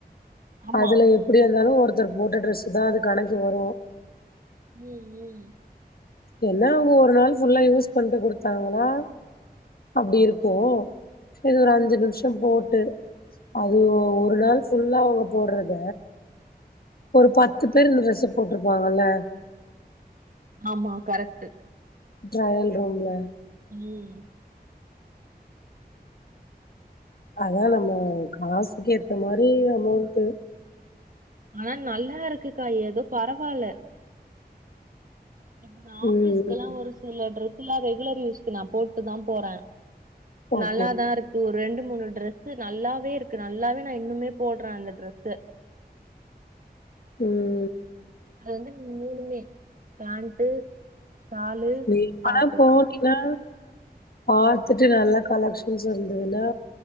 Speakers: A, on the right; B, on the left.
A: ஆமா
B: அதுல எப்டியாருந்தாலு ஒருத்தர் போட்ட ட்ரெஸ்ஸு தா அது கணக்கு வரு
A: ம் ம்
B: என்ன அவுங்க ஒரு நாள் ஃபுல்லா யூஸ் பண்ட்டு குடுத்தாங்கனா அப்டி இருக்கு‌ எது ஒரு அஞ்சு நிமிஷம் போட்டு அது ஒ ஒரு நாள் ஃபுல்லா அவுங்க போட்றத ஒரு பத்து பேர் இந்த ட்ரஸ்ஸ போட்ருப்பாங்கல்ல
A: ஆமா கரெக்ட்டு
B: ட்ரையல் ரூம்ல
A: ம்
B: அதா நம்ம காசுக்கு ஏத்த மாரி அமௌண்ட்டு
A: ஆனா நல்லாருக்குக்கா ஏதோ பரவால்ல இப்ப நா
B: ம்
A: ஆஃபீஸ்க்லா ஒரு சில ட்ரெஸ்லா ரெகுலர் யூஸ்க்கு நா போட்டுதா போற
B: ஓகே
A: நல்லாதாருக் ஒரு ரெண்டு மூணு ட்ரெஸ்ஸு நல்லாவேருக்கு நல்லாவே நா இன்னுமே போட்ற அந்த ட்ரெஸ்ஸ
B: ம்
A: அது வந்து மூணுமே பேண்ட்டு ஷாலு
B: நீ எப்பனா
A: டாப்பு
B: போனீன்னா பாத்துட்டு நல்ல கலெக்ஷன்ஸ் இருந்துதுனா